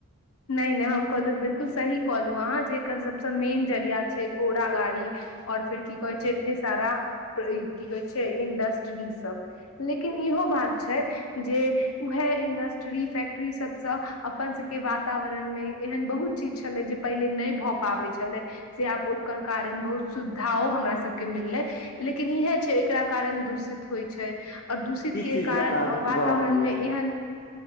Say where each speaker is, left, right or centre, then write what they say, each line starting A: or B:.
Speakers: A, on the left; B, on the left.
A: नहि नहि हम कहलहु बिलकुल सही कहलहु अहाँ जे एकर सबसँ मेन जरिया छै घोड़ा गाड़ी। और फेर की कहै छै एते सारा की कहै छै इंडस्ट्री सब। लेकिन इहो बात छै जे उएह इंडस्ट्री टी सबसँ अपन सबके वातावरण मे एहन बहु चीज छलै जे पहिले नहि भऽ पाबै छलै। से आब ओकर कारण बहुत सुविधाओ हमरा सबके मिललै लेकिन इएहे छै कारण दूषित होइ छै आओर दूषित
B: ई चीज
A: के कारण
B: मे अहाँके सुझाव
A: वातावरण
B: मिललै
A: मे एहन